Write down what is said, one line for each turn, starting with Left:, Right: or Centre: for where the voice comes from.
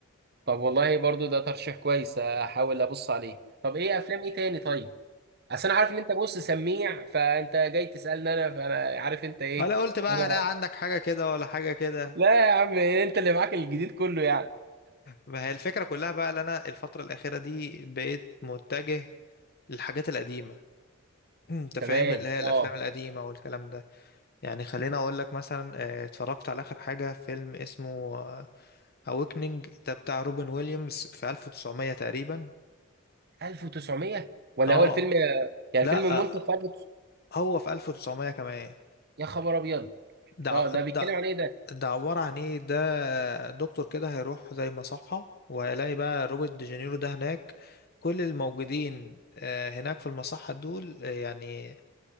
Right: طب والله برضو ده ترشيح كويس احاول ابص عليه طب ايه افلام ايه تاني طيب اصل انا عارف ان انت بص سميع فانت جاي تسالني انا فانا عارف انت ايه
Left: ولا قلت بقى
Right: أنا-
Left: هلاقي عندك حاجة كده ولا حاجة كده
Right: لا يا عم انت اللي معاك الجديد كله يعني
Left: ما هي الفكرة كلها بقى اللي أنا الفترة الأخيرة دي بقيت متجه للحاجات القديمة <clears throat> أنت
Right: تمام
Left: فاهم اللي هي الأفلام
Right: اه
Left: القديمة والكلام ده يعني خليني أقول لك مثلا آه، اتفرجت على آخر حاجة فيلم اسمه أويكنينج ده بتاع روبن ويليامز في 1900 تقريبا
Right: 1900 ولا
Left: اه
Right: هو الفيلم يعني
Left: لا
Right: الفيلم منتج
Left: آه،
Right: في 1900
Left: هو في 1900 كمان
Right: يا خبر ابيض
Left: ده
Right: اه ده
Left: ده
Right: بيتكلم عن ايه ده
Left: ده عبارة عن ايه ده دكتور كده هيروح زي مصحة وهيلاقي بقى روبرت دي جانيرو ده هناك كل الموجودين آه، هناك في المصحة دول آه، يعني